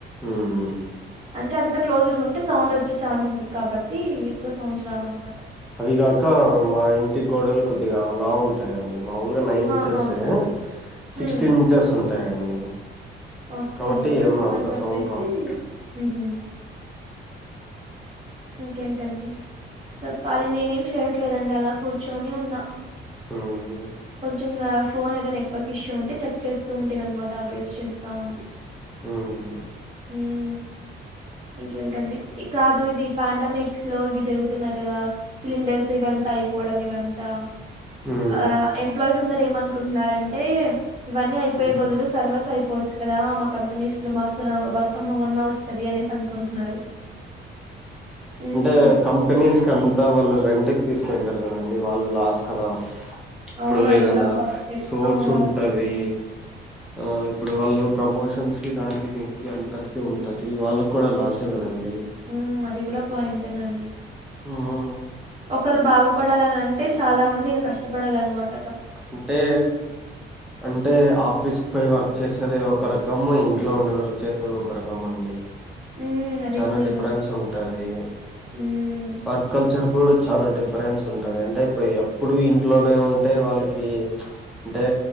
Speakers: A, in the centre; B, on the right.
A: ఉమ్
B: అంటే అంత క్లోజ్డ్గా ఉంటే సౌండ్ వచ్చే ఛాన్స్ ఉండదు కాబట్టి ఎక్కువ సౌండ్స్ రావు అనమాట
A: అదిగాక మా ఇంటి గోడలు కొద్దిగా లావు ఉంటాయండి మామూలుగా నైన్ ఇంచెస్
B: ఆహా
A: ఏ సిక్స్టీన్
B: ఉమ్
A: ఇంచెస్ ఉంటా ఉంటాయండి
B: ఓకే
A: కాబట్టి ఏం
B: అందుకని
A: అంత
B: చెప్పేసి
A: సౌండ్ రాదు
B: ఉహు ఇంకేంటండి చెప్పాలి నేనేమి చేయట్లేదండి అలా కూర్చుని ఉన్నా
A: హ్మ్.
B: కొంచెం నా ఫోన్ ఏదో నెట్వర్క్ ఇష్యూ ఉంటే చెక్ చేస్తూ ఉంటి అనమాట అప్డేట్స్ చేస్తా ఉంటి
A: ఉమ్
B: ఉమ్ ఇంకేంటండి కాదు ఇది పాండమిక్స్ లో ఇవి జరుగుతున్నాయి కదా సిలిండర్స్ ఇవంతా పోవడం ఇవంతా
A: హ్మ్.
B: ఆ ఎంప్లాయీస్ అందరు ఏమనుకుంటున్నారంటే ఇవన్నీ అయిపోయే
A: హ్మ్.
B: బదులు సర్వర్స్ అయిపోవచ్చు కదా, మా కంపెనీస్ లో మాకు వర్క్ ఫ్రమ్ హోం అన్నా వస్తది అనేసి అనుకుంటున్నారు మ్మ్
A: అంటే కంపెనీస్ కంతా వాళ్ళు రెంటుక్ తీసుకుంటారు గదండి వాళ్ళు లాస్ కదా ఇప్పుడు
B: అవును అది
A: ఏదన్నా
B: కూడా పాయింటే
A: సోర్స్
B: అవునవును
A: ఉంటది ఆ ఇప్పుడు వాళ్ళు ప్రమోషన్స్ కి దానికి దీనికి అంతటికి ఉంటది వాళ్ళక్కుడా లాసే కదండి
B: ఉమ్ అది కూడ పాయింటెనండి
A: హ్మ్
B: ఒకరు బాగుపడాలనంటే చాలా మంది ఇంగ కష్టపడాలన్మాట
A: అంటే అంటే ఆఫీస్ క్పోయి వర్క్ చేసేదే ఒక్ ఒక రకము ఇంట్లో ఉండి వర్క్ చేసేది ఒక రకం అండి
B: హ్మ్ అది
A: చాలా
B: కూడా నిజమే.
A: డిఫరెన్స్ ఉంటది
B: హ్మ్.
A: వర్క్ కల్చర్ కూడా చాలా డిఫరెన్స్ ఉంటది అంటే ఇప్పుడు ఎప్పుడూ ఇంట్లోనే ఉన్ టే వాళ్ళకి అంటే